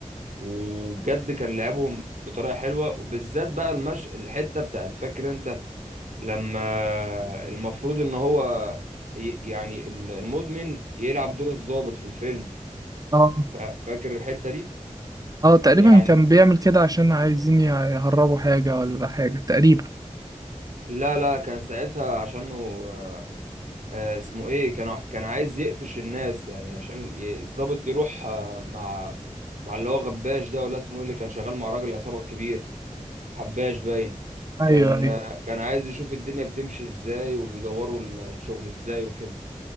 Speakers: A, on the right; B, on the right.
A: وبجد كان لعبهم بطريقه حلوه وبالذات بقى المش الحته بتاعت فاكر انت لما المفروض ان هو ي- يعني ال- المدمن يلعب دور الضابط في الفيلم
B: أه
A: فا- فاكر الحته دي
B: أه تقريبا
A: يعني
B: كان بيعمل كده عشان عايزين ي- يهربوا حاجة ولا حاجة تقريبا
A: لا لا كان ساعتها عشانه آه، آه، اسمه ايه كان ع- كان عايز يقفش الناس يعني عشان ي- الضابط يروح آه، مع مع اللي هو غباش ده ولا اسمه ايه اللي كان شغال مع راجل العصابه الكبير حباش باين
B: أيوه
A: كان
B: أيوه
A: كان عايز يشوف الدنيا بتمشي ازاي وبيدوروا ال- الشغل ازاي وكده